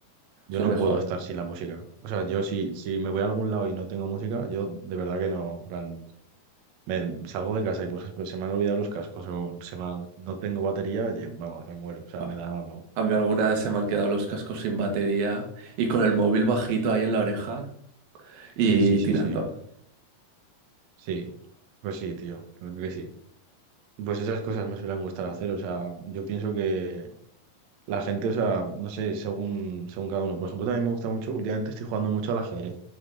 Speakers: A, on the right; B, on the right.
A: yo
B: es lo
A: no
B: mejor.
A: puedo estar sin la música. O sea, yo si, si me voy a algún lado y no tengo música, yo de verdad que no. en plan, me salgo de casa y, por ejemplo, se me han olvidado los cascos o se me ha- no tengo batería, y, vamos, me muero. O sea,
B: Ah,
A: me da algo.
B: A mí alguna vez se me han quedado los cascos sin batería y con el móvil bajito ahí en la oreja y
A: Sí, sí, sí,
B: tirando.
A: sí. Sí. Pues sí, tío. la verdad que sí. Pues esas cosas me suelen gustar hacer. O sea, yo pienso que La gente, o sea, no sé, según, según cada uno. Por ejemplo, también me gusta mucho, últimamente estoy jugando mucho al ajedrez.